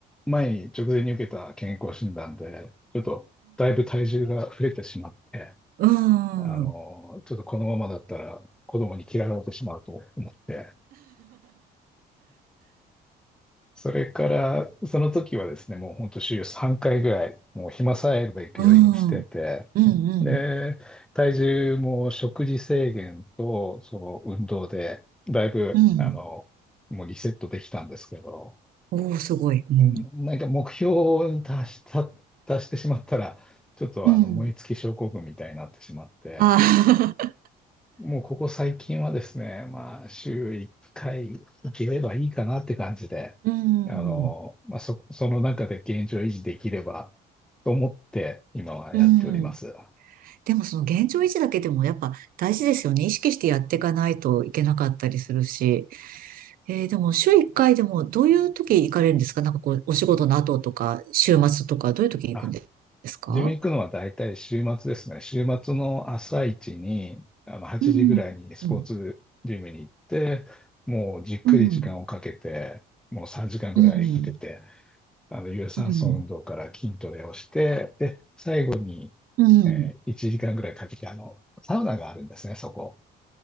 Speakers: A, in the centre; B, on the right.
A: 前に直前に受けた健康診断で、ちょっとだいぶ体重が増えてしまって、
B: うん。
A: あの、
B: うん。うん。
A: ちょっとこのままだったら子供に嫌われてしまうと思って、それから、その時はですね、もう本当週3回ぐらい、もう暇さえあれば行くようにしてて、
B: うん。うん。
A: で、体重も食事制限と、その運動で、だいぶ、
B: うん。
A: あの、もうリセットできたんですけど、
B: おー、すごい。うん。
A: うんなんか目標に達した、達してしまったら、ちょっとあの燃え尽き症候群みたいになってしまって、
B: うん。ああ。
A: もうここ最近はですね、まあ、週1回行ければいいかなって感じで、
B: <laughs> うん。
A: あの、まあ、そ、その中で現状維持できればと思って今はやっております。
B: うん。でもその現状維持だけでもやっぱ大事ですよね。意識してやっていかないといけなかったりするし。えーでも週1回でもどういう時行かれるんですかなんかこう、お仕事の後とか、週末とか、どういう時行くんですか
A: あ、自分行くのは大体週末ですね。週末の朝一に、あの8時ぐらいにスポーツジムに行って、
B: うん、うん、
A: もうじっくり時間をかけて、
B: うん、
A: もう3時間ぐらいかけて、
B: うん、
A: あの、有酸素運動から筋トレをして、
B: うん、
A: で、最後に、
B: うん。
A: えー1時間ぐらいかけて、あの、サウナがあるんですね、そこ。